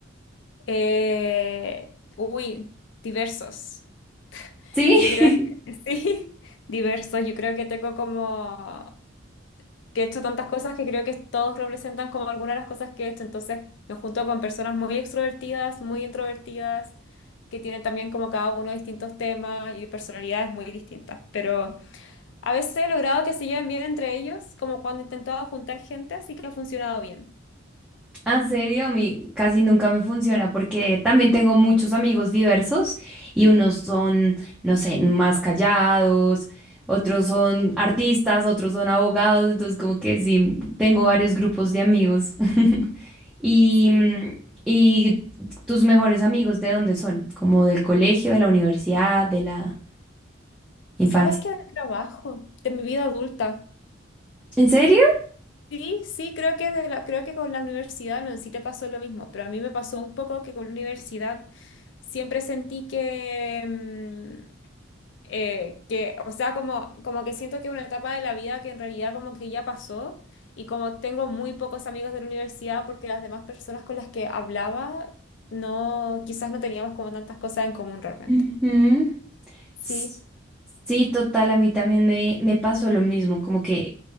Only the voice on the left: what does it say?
Eh, uy, diversos.
Yo creo
que <laughs> sí, diversos. Yo creo que tengo como que he hecho tantas cosas que creo que todos representan como algunas de las cosas que he hecho. Entonces me junto con personas muy extrovertidas, muy introvertidas, que tienen también como cada uno distintos temas y personalidades muy distintas. Pero a veces he logrado que se lleven bien entre ellos, como cuando he intentado juntar gente, así que ha funcionado bien.
Sí.
¿Sabes qué? Del trabajo, de mi vida adulta.
Sí, sí, creo que, de la- creo que con la universidad no, sí te pasó lo mismo, pero a mí me pasó un poco que con la universidad siempre sentí que, mm, eh, que o sea, como, como que siento que es una etapa de la vida que en realidad como que ya pasó y como tengo muy pocos amigos de la universidad porque las demás personas con las que hablaba no, quizás no teníamos como tantas cosas en común realmente.
Sí,